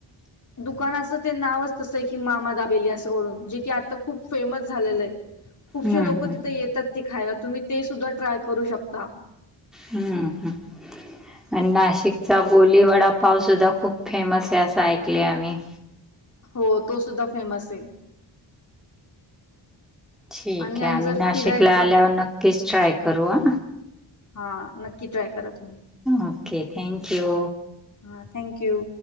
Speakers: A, on the left; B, in the centre.
A: दुकानाचं ते नावच तसं की मामा दाबेली असं करून जे की आता खूप फेमस झालेलं आहे ते खूपशे
B: हम्म.
A: लोक तिथे येतात ते खायला तुम्ही ते सुद्धा ट्राय करू शकता.
B: हम्म हम्म. आणि नाशिकचा बोली वडा पावसद्धा खूप फेमस आहे असं ऐकले आम्ही?
A: हो तो सुद्धा फेमस आहे.
B: ठीक
A: आणि आणि
B: आहे आम्ही
A: जर
B: नाशिकला
A: फिरायचं
B: आल्यावर नक्कीच ट्राय करू हा.
A: हा नक्की ट्राय करा. तुम्ही
B: ओके थँक्यू.
A: हा थँक्यू.